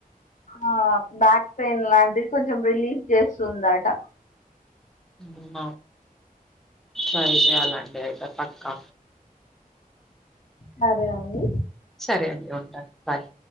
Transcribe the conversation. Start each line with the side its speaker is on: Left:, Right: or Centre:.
Left: ఆ బ్యాక్ పెయిన్ లాంటిది కొంచెం రిలీఫ్ చేస్తుందట
Centre: ఉమ్మ ట్రై చేయాలం డే అయితే పక్కా
Left: సరే అండి
Centre: సరే అండి ఉంటాను బాయ్